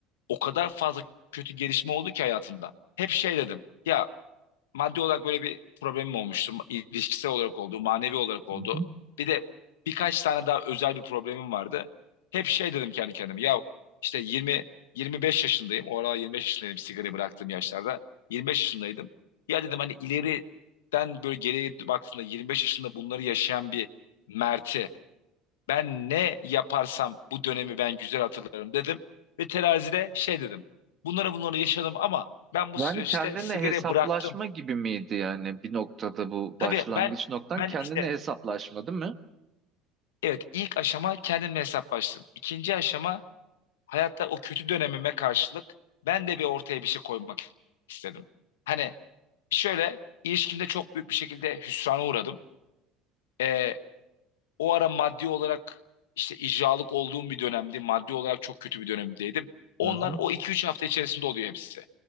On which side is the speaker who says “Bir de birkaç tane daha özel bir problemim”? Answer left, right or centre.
Left